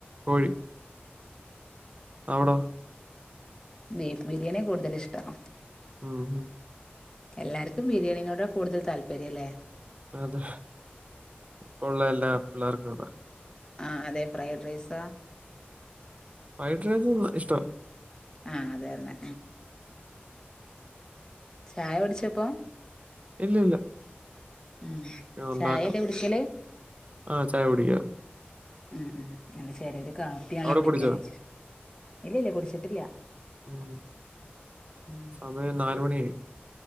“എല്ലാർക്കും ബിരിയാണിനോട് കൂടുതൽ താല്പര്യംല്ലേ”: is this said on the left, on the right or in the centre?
Left